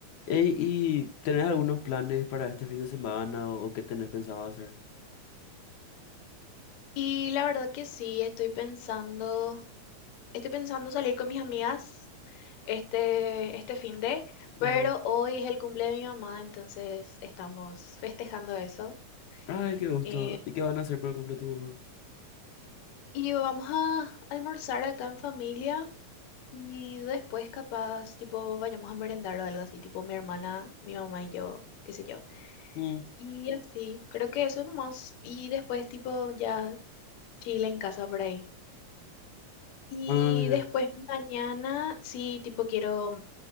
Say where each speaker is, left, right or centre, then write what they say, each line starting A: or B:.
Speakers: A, on the left (about 85°); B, on the left (about 70°).
A: Ey, ¿y tenés algunos planes para este fin de semana o, o qué tenés pensado hacer?
B: Y la verdad que sí, estoy pensando, estoy pensando salir con mis amigas este, este fin de, pero
A: Ujú.
B: hoy es el cumple de mi mamá, entonces estamos festejando eso.
A: Ay, qué gusto.
B: Eh,
A: ¿Y qué van a hacer por el cumple de tu mamá?
B: y vamos a almorzar acá en familia y después capaz, tipo, vayamos a merendar o algo así, tipo mi hermana, mi mamá y yo, qué sé yo.
A: Mm.
B: Y así, creo que eso nomás. Y después, tipo, ya chile en casa por ahí. Y
A: Ah, ya.
B: después mañana, sí, tipo, quiero